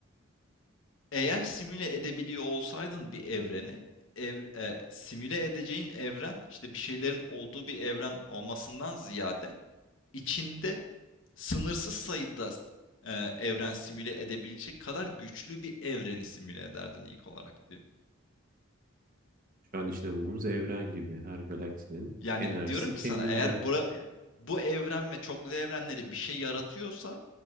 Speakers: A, on the left; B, on the right.
A: eğer simüle edebiliyor olsaydın bir evreni ev, e, simüle edeceğin evren işte bir şeylerin olduğu bir evren olmasından ziyade içinde sınırsız sayıda e, evren simüle edebilecek kadar güçlü bir evreni simüle ederdin ilk olarak diyor.
B: Şu an içinde bulunduğumuz evren gibi her galaksinin
A: Yani
B: enerjisi
A: diyorum ki
B: kendinde.
A: sana eğer bura, bu evren ve çoklu evrenleri bir şey yaratıyorsa